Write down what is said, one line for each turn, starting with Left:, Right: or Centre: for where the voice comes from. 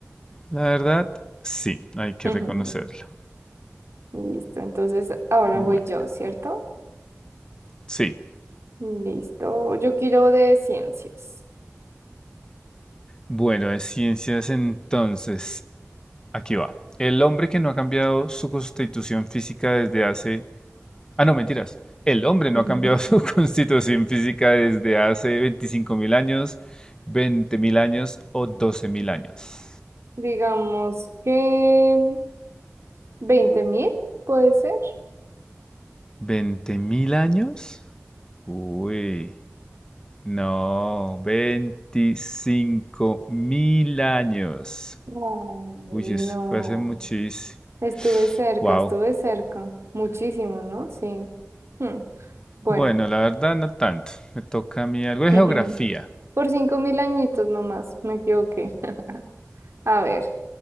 Left: La verdad, sí, hay que
Right: <laughs>
Left: reconocerlo.
Right: Listo, entonces ahora
Left: Bueno,
Right: voy yo, ¿cierto?
Left: sí.
Right: Listo, yo quiero de ciencias.
Left: Bueno, de ciencias entonces, aquí va. El hombre que no ha cambiado su constitución física desde hace Ah, no, mentiras. El hombre no
Right: <laughs>
Left: ha cambiado su <laughs> constitución física desde hace 25.000 años, 20.000 años o 12.000 años.
Right: Digamos que 20.000, puede ser.
Left: Veinte mil años? Uy, no, 25.000 años.
Right: Ay, no.
Left: Uy, eso fue hace muchísimo.
Right: Estuve cerca,
Left: Wow.
Right: estuve cerca. Muchísimo, ¿no? Sí. Hmm, Bueno,
Left: Bueno, la verdad no tanto. Me toca a mí algo de
Right: <laughs>
Left: geografía.
Right: por cinco mil añitos nomás, me equivoqué. <laughs> A ver,